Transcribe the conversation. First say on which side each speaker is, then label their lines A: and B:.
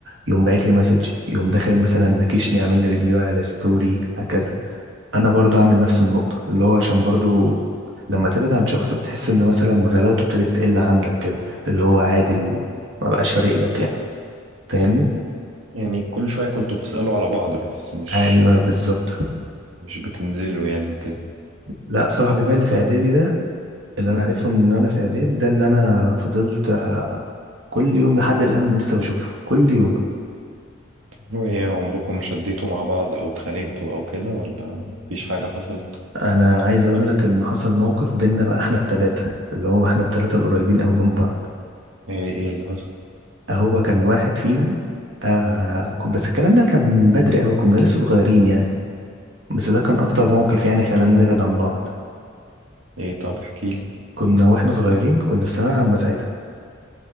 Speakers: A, on the right (about 60°); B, on the right (about 85°).
A: يقوم باعت لي مسج يقوم داخل مثلا نكشني عامل لي ريبلاي على ستوري هكذا انا برضو عامل نفس النقطه اللي هو عشان برضو لما تبعد عن شخص بتحس ان مثلا غلاوته ابتدت تقل عندك كده اللي هو عادي ال- ما بقاش فارق لك يعني فاهمني
B: يعني كل شوية كنتوا بتسألوا على بعض بس مش
A: ايوه بالظبط
B: مش بتنزلوا يعني وكده
A: لا صاحبي بقى اللي في اعدادي ده اللي
B: مم.
A: انا عرفته من وانا في اعدادي ده اللي انا فضلت آه، كل يوم لحد الان لسه بشوفه كل يوم
B: وإيه عمركم ما شديتوا مع بعض أو اتخانقتوا أو كده ولا مفيش حاجة حصلت؟
A: انا عايز اقول لك ان حصل موقف بينا بقى احنا التلاتة اللي هو احنا التلاتة القريبين قوي من بعض
B: إيه إيه اللي حصل؟
A: هو كان واحد فينا آه كنت- بس الكلام ده كان من بدري قوي كنا لسه صغيرين يعني بس ده كان اكتر موقف يعني خلانا نبعد عن بعض
B: إيه طب احكيلي
A: كنا واحنا صغيرين كنا في ثانوية عامة ساعتها